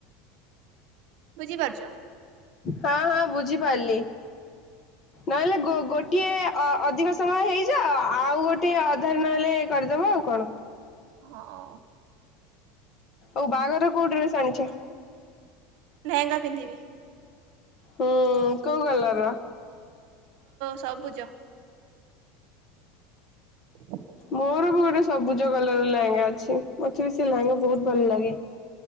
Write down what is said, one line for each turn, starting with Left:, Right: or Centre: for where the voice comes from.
Right: ବୁଝିପାରୁଛ।
Left: ହଁ ହଁ ବୁଝିପାରିଲି ନହେଲେ ଗୋଟିଏ ଅ ଅଧିକ ସମୟ ହେଇଯା ଆଉ ଗୋଟେ ଅଧାର ନହେଲେ କରିଦବ ଆଉ କଣ।
Right: ହଁ।
Left: ଓଉ ବାହାଘର କୋଉ ଡ୍ରେସ ଆଣିଛ।
Right: ଲହେଙ୍ଗା ପିନ୍ଧିବି।
Left: ହୁଁ କଉ କଲର?
Right: ସବୁଜ। ହ <unintelligible>
Left: ମୋର ବି ଗୋଟେ ସବୁଜ କଲର ର ଲେହେଙ୍ଗା ଅଛି ମତେ ବି ସେ ଲେହେଙ୍ଗା ବହୁତ ଭଲ ଲାଗେ।